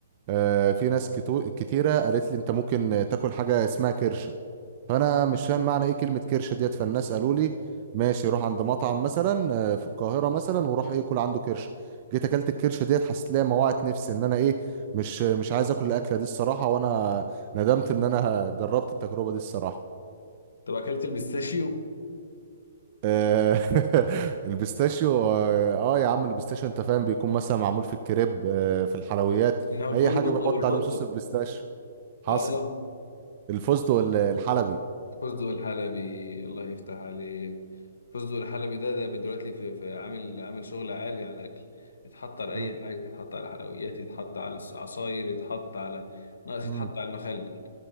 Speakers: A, on the right; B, on the left.
A: آه في ناس كتو- كتيرة قالت لي انت ممكن تاكل حاجة اسمها كرشة فانا مش فاهم معنى ايه كلمة كرشة ديت فالناس قالوا لي ماشي روح عند مطعم مثلا آه، في القاهرة مثلا وروح ايه كل عنده كرشة جيت اكلت الكرشة ديت حسيت ليها موعت نفسي ان انا ايه مش مش عايز اكل الاكلة دي الصراحة وانا ندمت ان انا <laughs> جربت التجربة دي الصراحة
B: طب اكلت البيستاشيو
A: آه، <laughs> البيستاشيو اه آه يا عم البيستاشيو انت فاهم بيكون مثلا معمول في الكريب آه في الحلويات
B: من هو البندق
A: اي حاجه بيحط
B: او الفستق
A: عليهم صوص البيستاشيو حصل
B: اه
A: الفستق ال- الحلبي
B: الفستق الحلبي الله يفتح عليك الفستق الحلبي ده ده دلوقتي في, في عامل عامل شغل عالي على الاكل يتحط على اي
A: مم.
B: حاجه يتحط على حلويات يتحط على العصاير يتحط على ناقص
A: مم.
B: يتحط على المخلل